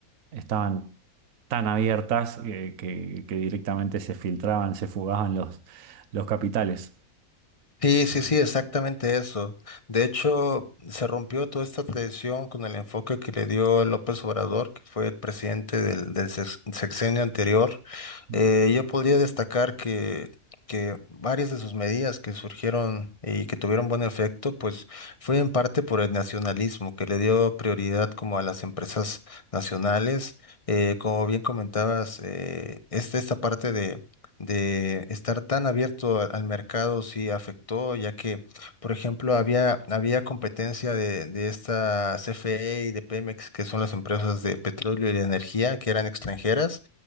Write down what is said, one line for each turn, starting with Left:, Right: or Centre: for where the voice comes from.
Right: estaban tan abiertas eh, que, que directamente se filtraban, se fugaban los, los capitales.
Left: Sí, sí, sí, exactamente eso. De hecho, se rompió toda esta tradición con el enfoque que le dio López Obrador, que fue el presidente del, del sex- sexenio anterior.
Right: Ujú,
Left: Eh, yo podría destacar que, que varias de sus medidas que surgieron y que tuvieron buen efecto, pues fue en parte por el nacionalismo, que le dio prioridad como a las empresas nacionales. Eh, como bien comentabas, eh, esta, esta parte de estar tan abierto a- al mercado sí afectó, ya que, por ejemplo, había, había competencia de, de esta CFE y de Pemex, que son las empresas de petróleo y de energía, que eran extranjeras,